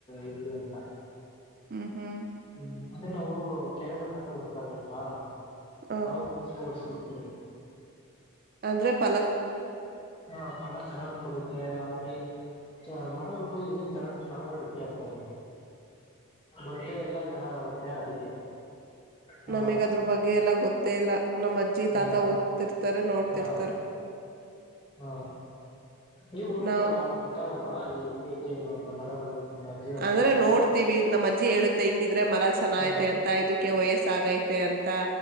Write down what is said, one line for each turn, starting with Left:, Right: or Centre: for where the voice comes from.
Left: ಇರ್ಲಿ ಅಂತ
Right: ಹ್ಮ್ ಹ್ಮ್
Left: ಹ್ಮ್ ಅಂದ್ರೆ ನಾವು ಕೆರೆಮಣಂತ ಬರ್ತಾಗತ್ತಾ
Right: ಹ
Left: ಹೌದ್ರ ಸೊರ್ಸ್. ಕೊಡ್ತಿನಿ.
Right: ಅಂದ್ರೆ ಪ್
Left: ಹಾ ಫಲ ಚೆನ್ನಾಗ್ ಕೊಡುತ್ತೆ ಆಮೇಲೆ ಅ ಮರಗಳು ಇನ್ನು ಚೆನ್ನಾಗ್ ಸ್ಟ್ರಾಂಗ್ ಆಗಿ ಗಟ್ಟಿ ಆಗ್ತದೆ ಬೊಟ್ಟೆ ಎಲ್ಲಾ ಚೆನ್ನಾಗ್ ಆಗತ್ತೆ ಅದಕ್ಕೆ. ಹಾ
Right: ನಮಿಗ್ದ್ರ ಬಗ್ಗೆ ಎಲ್ಲ ಗೊತ್ತೇ ಇಲ್ಲ ನಮ್ಮಜ್ಜಿ
Left: ಹೌದಾ
Right: ತಾತ ಹೋಗ್ತಿರ್ತಾರೆ ನೋಡ್ತಿರ್ತಾರೆ.
Left: ಹಾ ಹಾ ನೀವು ಹೋಗ್ತೀರಲ್ಲ
Right: ನಾವ್
Left: ಅವ್ಗ ಗೊತ್ತಾಗ ಅಲ್ಲ ಇಲ್ ಹೆಂಗೈತೆ ಏನು ಅಂತ. ಮರಗಳು ನಿಮ್ಗೆ ಅಜ್ಜಿವತ್ತು
Right: ಅಂದ್ರೆ ನೋಡ್ತೀವಿ ನಮ್ ಅಜ್ಜಿ ಹೇಳುತ್ತೆ ಹಿಂಗಿದ್ರೆ ಮರ ಚೆನ್ನ
Left: ಹಾ
Right: ಐತೆ ಅಂತ ಇದಕ್ಕೆ ವಯಸ್ ಆಗೈತ್ ತೆ ಅಂತ.